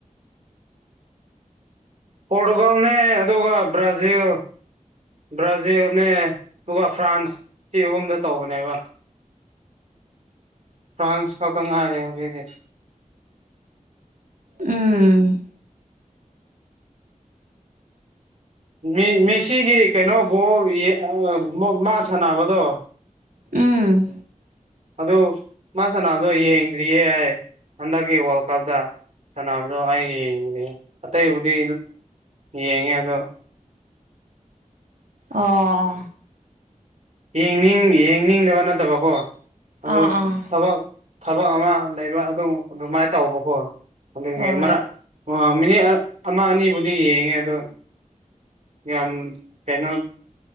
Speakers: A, on the right (about 60°); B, on the right (about 80°).
A: ꯄꯣꯔꯇꯨꯒꯜꯅꯦ ꯑꯗꯨꯒ ꯕ꯭ꯔꯥꯖꯤꯜ ꯕ꯭ꯔꯥꯖꯤꯜꯅꯦ ꯑꯗꯨꯒ ꯐ꯭ꯔꯥꯟꯁ ꯁꯤ ꯑꯍꯨꯝꯗ ꯇꯧꯕꯅꯦꯕ ꯐ꯭ꯔꯥꯟꯁ ꯈꯛꯇ ꯉꯥꯏꯔꯦ ꯍꯧꯖꯤꯛꯗꯤ
B: ꯎꯝ
A: ꯃꯦ ꯃꯦꯁꯤꯒꯤ ꯀꯩꯅꯣ ꯕꯣꯜ ꯌꯦ ꯑꯥ ꯃꯣ ꯃꯥ ꯁꯥꯟꯅꯕꯗꯣ
B: ꯎꯝ
A: ꯑꯗꯨ ꯃꯥ ꯁꯅꯥꯕꯗꯣ ꯌꯦꯡꯗ꯭ꯔꯤꯌꯦ ꯑ ꯍꯟꯗꯛꯀꯤ ꯋꯥꯔꯜ ꯀꯞꯇ ꯁꯥꯟꯅꯕꯗꯣ ꯑꯩ ꯌꯦꯡꯗ꯭ꯔꯤꯌꯦ ꯑꯇꯩꯕꯨꯗꯤ ꯌꯦꯡꯉꯦ ꯑꯗꯣ
B: ꯑꯣ
A: ꯌꯦꯡꯅꯤꯡ ꯌꯦꯡꯅꯤꯡꯗꯕ ꯅꯠꯇꯕꯀꯣ
B: ꯑꯥ
A: ꯑꯗꯨ
B: ꯑꯥ
A: ꯊꯕꯛ ꯊꯕꯛ ꯑꯃ ꯂꯩꯕ ꯑꯗꯨ ꯑꯗꯨꯃꯥꯏ ꯇꯧꯕꯀꯣ ꯑꯗꯨꯒꯤ
B: ꯍꯣꯏ
A: ꯃꯔꯛ ꯑꯥ ꯃꯤꯅꯤꯠ ꯑ ꯑꯃ ꯑꯅꯤꯕꯨꯗꯤ ꯌꯦꯡꯉꯦ ꯑꯗꯣ ꯌꯥꯝ ꯀꯩꯅꯣ